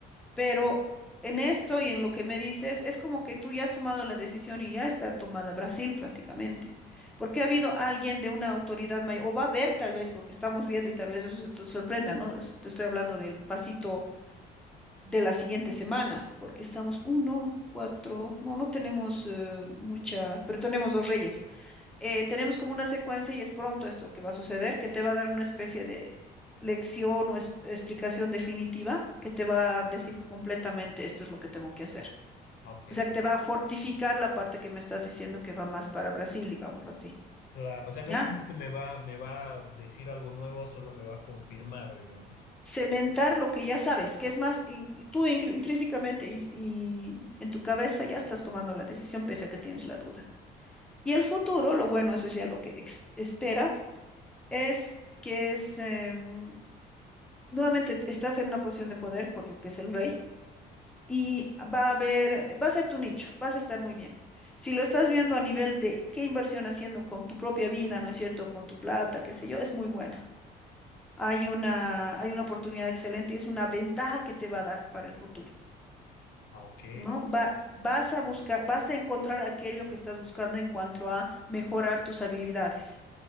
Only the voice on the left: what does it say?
ok.
Claro. O Claro. sea,
no es como que me va, me va a decir algo nuevo, solo me va a confirmar, digamos.
Ah, ok.